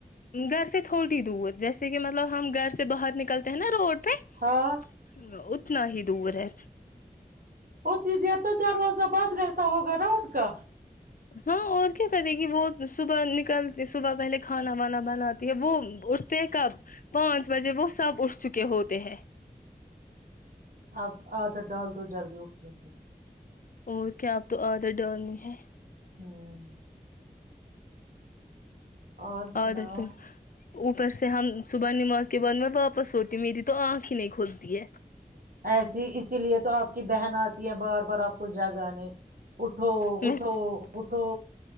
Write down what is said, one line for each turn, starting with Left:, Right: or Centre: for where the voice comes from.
Left: گھر سے تھوڑی دور جیسے کہ مطلب ہم گھر سے باہر نکلتے ہیں نا روڈ
Right: ہاں
Left: <inaudible> اتنا ہی دور ہے
Right: اتنی دیر تو دروازہ بعد رہتا ہوگا نا ان کا
Left: ہاں اور کیا کہتے کہ وہ صبح نکل صبح پہلے کھانا وانا بناتی ہے وہ اٹھتے ہیں کب پانچ بجے وہ سب اٹھ چکے ہوتے ہے
Right: اب آدر ڈال دو جلدی اٹھنے کی
Left: اور کیا آپ تو عادت ڈالنی ہے
Right: ہوں اور سناؤ
Left: عادت اوپر سے ہم صبح نماز کے بعد میں واپس ہوتی ہوں میری تو آنکھ ہی نہیں کھلتی ہے
Right: ایسی اسی لیے تو آپ کی بہن آتی ہے بار بار آپ کو جگانے اٹھو
Left: میں
Right: اٹھو اٹھو